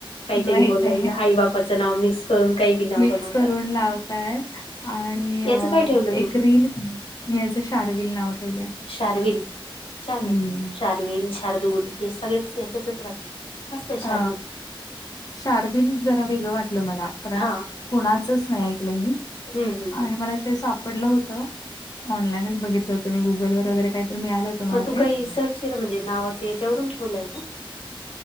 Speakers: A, on the left (about 85°); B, on the left (about 45°).
A: काहीतरी
B: माहित
A: बोलला
B: आहे
A: गेला आई बापाचं नाव मिक्स करून काही बी नाव
B: मिक्स
A: बनवतात
B: करून लावतायत आणि
A: याचं काय ठेवलं
B: एक
A: तू
B: रील मी याचं शार्विल नाव ठेवलंय.
A: शार्विल छान
B: हं.
A: आहे, शार्विल शार्दूूल हे सगळेच याच्यातच राहतात मस्त आहे
B: अ
A: शार्विल
B: शार्विल जरा वेगळं वाटलं मला कारण
A: हा
B: कुणाचच नाही ऐकलं मी
A: हम्म हम्म हम्म
B: आणि मला ते सापडलं होत ऑनलाईनच बघितलं होतं मी गुगल व वगैरे काही तर मिळालं होतं मला
A: मग तू
B: ते.
A: काही सर्च केलं म्हणजे नावाचं याच्यावरून ठेवलंय का?